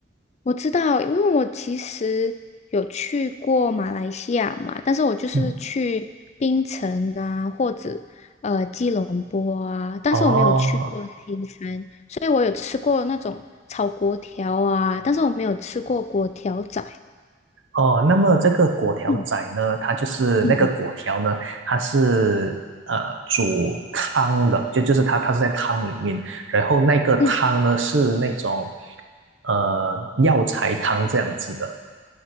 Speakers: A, on the left (about 35°); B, on the right (about 85°).
A: 我知道，因为我其实有去过马来西亚嘛，但是我就是去槟城啊，
B: 嗯，
A: 或者呃吉隆坡啊，但是我没有去过新山，
B: 哦
A: 所以我有吃过那种炒粿条啊，但是我没有吃过粿条仔。
B: 哦，那么这个粿条仔呢，
A: 嗯
B: 它就是那个粿条呢，
A: 嗯
B: 它是呃煮汤的，就就是它它是在汤里面，然后那个汤呢是那种
A: 嗯，
B: 呃药材汤这样子的。